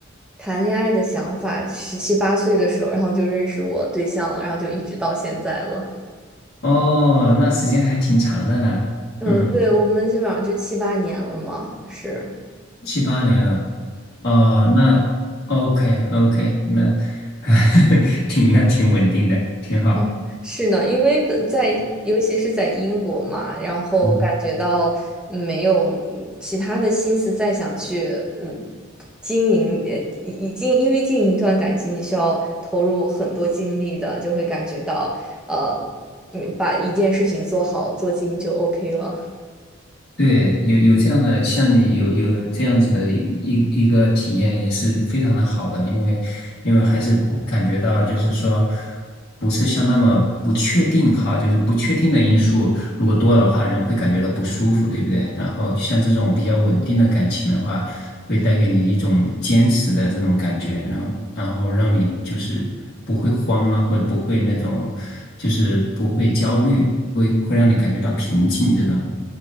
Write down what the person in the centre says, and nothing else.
谈恋爱的想法，十七八岁的时候，然后就认识我对象了，然后就一直到现在了。
嗯，
对，我们基本上就七八年了嘛，是。
嗯是呢，因为本在尤其是在英国嘛，然后感觉到嗯没有嗯其他的心思再想去嗯
经营，呃，已经因为经营一段感情，你需要投入很多精力的，就会感觉到呃，嗯，把一件事情做好做精就 OK 了。